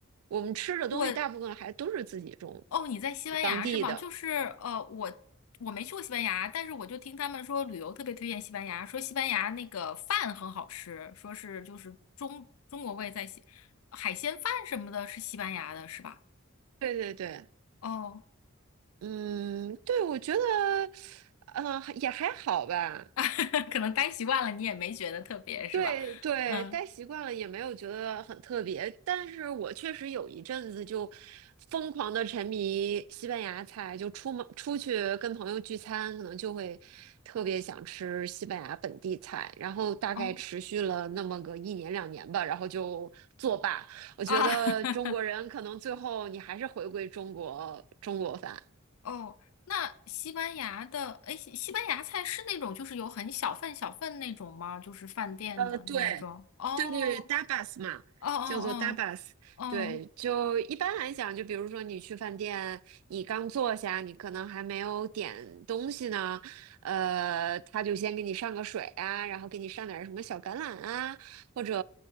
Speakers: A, on the right (about 85°); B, on the left (about 80°).
A: 我们吃的东西大部分还都是自己种，
B: 我。哦，你在西班牙是吗？
A: 就当地的。
B: 就是呃，我我没去过西班牙，但是我就听他们说旅游特别推荐西班牙，说西班牙那个饭很好吃，说是就是中中国味在西，海鲜饭什么的是西班牙的，是吧？
A: 对对对，
B: 哦，
A: 嗯，对，我觉得，呃，也还好吧。
B: <laughs> 可能待习惯了，你也没觉得特别，是吧？
A: 对对，
B: 嗯，
A: 待习惯了也没有觉得很特别，但是我确实有一阵子就疯狂的沉迷西班牙菜，就出门出去跟朋友聚餐，可能就会特别想吃西班牙本地菜，然后大概持续了那么个一年两年吧，
B: 哦
A: 然后就作罢。我觉得中国人可能最后你还是回归中国中国饭。
B: 啊，<laughs> 哦，那西班牙的，哎，西西班牙菜是那种就是有很小份小份那种吗？就是饭店的那种？
A: 呃，对，
B: 哦，
A: 对对对，Dabas
B: 哦
A: 嘛，
B: 哦哦。
A: 叫做 Dabas。
B: 哦
A: 对，就一般来讲，就比如说你去饭店，你刚坐下，你可能还没有点东西呢，呃，他就先给你上个水啊，然后给你上点儿什么小橄榄啊，或者